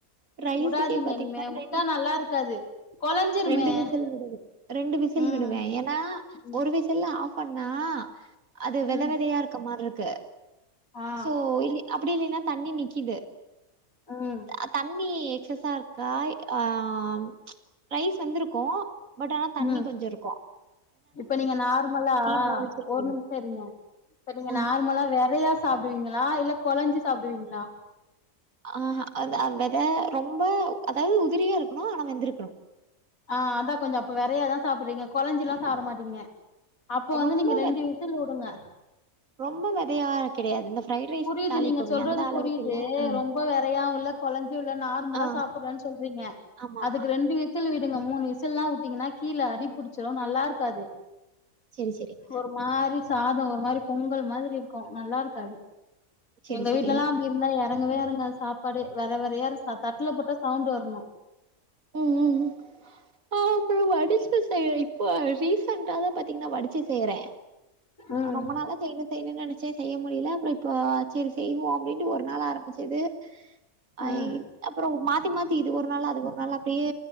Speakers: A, on the right; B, on the left.
A: ரைசுக்கே
B: வுடாதீங்க
A: பாத்தீங்கன்னா
B: இனிமே வுட்டா
A: ரெண்
B: நல்லா இருக்காது கொலஞ்சிருமே
A: ரெண்டு விசுல் விடுவ ரெண்டு விசுல்
B: ம்
A: விடுவ ஏன்னா
B: ம்
A: ஒரு விசுல்ல ஆஃப் பண்ணா அது
B: ம்
A: வித விதையா இருக்க மாதிரி இருக்கு
B: ஆ
A: சோ இ அப்டி இல்லின்னா தண்ணி நிக்குது
B: ம்
A: அ தண்ணி எக்ஸஸா இருக்கா ஆ ம் ரைஸ் வெந்துருக்கும் பட் ஆனா தண்ணி
B: ம்
A: கொஞ்ச இருக்கும்
B: இப்ப நீங்க நார்மலா
A: மூணு விசில் விடுவே
B: ஒரு நிமிஷ இருங்க இப்ப நீங்க
A: ஆ
B: நார்மலா விதயா சாப்டுவீங்களா இல்ல குலஞ்சி சாப்டுவீங்களா
A: ஆஹ்ஹா அதா வெத ரொம்ப அதாவது உதிரியா இருக்கணு ஆனா வெந்துருக்கணு
B: ஆஹ் அதா கொஞ்ச அப்ப வறயாதா சாப்டுறீங்க குழஞ்சு எல்லா சாப்ட மாட்டீங்க அப்ப வந்து
A: ரொம்ப
B: நீங்க ரெண்டு
A: வெத
B: வி சுல் வுடுங்க
A: ரொம்ப வெதையா கெடையாது இந்த ஃப்ரைட் ரைஸ்
B: புரிது
A: தாளிப்போமே
B: நீங்க சொல்றது
A: அந்த அளவுக்கு
B: புரிது
A: இல்ல ஆ
B: ரொம்ப வறயாவுல்ல குழஞ்சு இல்ல நார்மலா
A: ஆ
B: சாப்டுறனு சொல்றீங்க
A: ஆமாமா
B: அதுக்கு ரெண்டு விசு விசுல் விடுங்க மூணு விசுல்லா உட்டீங்கன்னா கீழ அடிபுடிச்சிடு நல்லா இருக்காது
A: சேரி சேரிங்க
B: ஒரு மாரி சாதோ ஒரு மாரி பொங்கல் மாதிரி இருக்கு நல்லா இருக்காது
A: செரி
B: எங்க
A: செரி
B: வீட்லல்லா அப்டி ருந்தா எறங்கவே எறங்காது சாப்பாடே வெத வெதயா தட்ல போட்டா சவுண்ட் வரணு
A: ம் ம் ம் ஆ அப்ற வடிச்சி செய்றங்க <unintelligible> ரீசண்டாதா பாத்தீங்கன்னா வடிச்சி செய்ற
B: ம்
A: ரொம்ப நாளா செய்னு செய்னு நெனச்ச செய்ய முடில அப்றோ இப்போ சரி செய்வோ அப்டின்ட்டு ஒரு நாள் ஆரம்பிச்சது அ
B: ம்
A: அப்றோ மாத்தி மாத்தி இது ஒரு நாள் அது ஒரு நாள் அப்டியே